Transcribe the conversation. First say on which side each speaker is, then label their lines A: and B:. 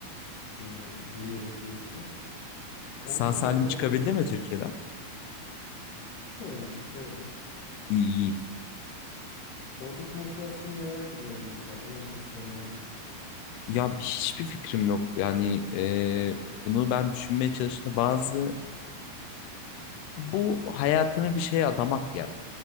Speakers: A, on the left; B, on the left.
A: e, yürüyerek geçti. Oradaki
B: Sağ salim
A: motivasyon
B: çıkabildi mi Türkiye'den?
A: sanırım çıktı evet.
B: İyi iyi.
A: Oradaki motivasyonu merak ediyorum mesela onca sene
B: Ya hiçbir fikrim yok. Yani e, bunu ben düşünmeye çalıştım. Bazı bu hayatını bir şeye adamak yani